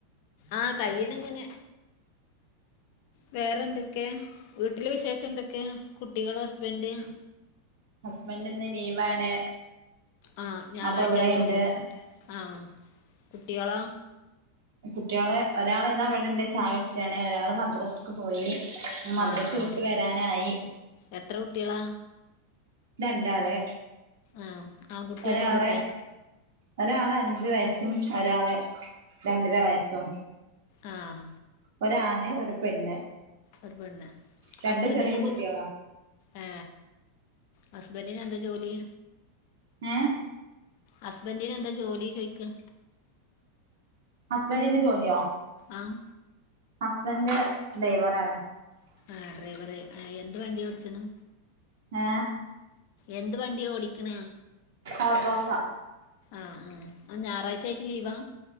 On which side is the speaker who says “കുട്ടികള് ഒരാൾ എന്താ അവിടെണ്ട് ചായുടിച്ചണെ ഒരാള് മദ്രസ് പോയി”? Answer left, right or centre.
Right